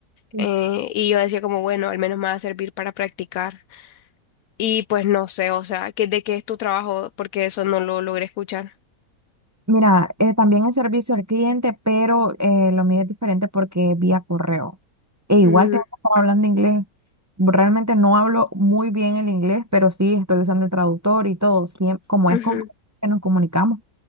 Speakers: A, on the right; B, on the left.
A: Sí,
B: eh, y yo decía como, bueno, al menos me va a servir para practicar. Y pues no sé, o sea, que, ¿de qué es tu trabajo? Porque eso no lo logré escuchar.
A: Mira, eh, también es servicio al cliente, pero eh, lo mío es diferente porque es vía correo. E igual
B: Mm,
A: tengo que estar hablando inglés. Realmente no hablo muy bien el inglés, pero sí estoy usando el traductor y todo. Siem- como
B: ujú,
A: es con que nos comunicamos.